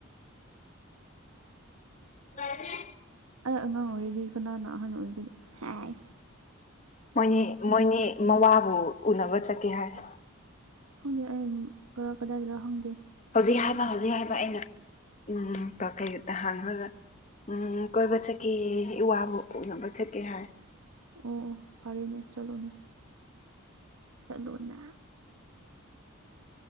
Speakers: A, on the left; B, on the right.
A: ꯀꯦ
B: ꯑꯩ ꯑꯉꯥꯡ ꯑꯣꯏꯔꯤ ꯀꯅꯥ ꯅ ꯑꯍꯥꯟ ꯑꯣꯏꯔꯤꯒꯅ ꯍꯥꯏ
A: ꯃꯣꯏꯅꯤ ꯃꯣꯏꯅꯤ ꯃꯋꯥꯕꯨ ꯎꯅꯕ ꯆꯠꯀꯦ ꯍꯥꯏ
B: ꯈꯪꯗꯦ ꯑꯩ ꯀꯔ ꯀꯗꯥꯏꯗꯔ ꯈꯪꯗꯦ
A: ꯍꯧꯖꯤꯛ ꯍꯥꯏꯕ ꯍꯧꯖꯤꯛ ꯍꯥꯏꯕ ꯑꯩꯅ ꯎꯝ ꯀ ꯀꯩꯗ ꯍꯥꯡꯉꯒ ꯎꯝ ꯀꯣꯏꯕ ꯆꯠꯀꯤ ꯋꯥ ꯀꯣꯛꯅꯕ ꯆꯠꯀꯦ ꯍꯥꯏ
B: ꯑꯣ ꯑꯣ ꯐꯔꯦꯅꯦ ꯆꯠꯂꯨꯅꯦ ꯆꯠꯂꯨꯅꯦ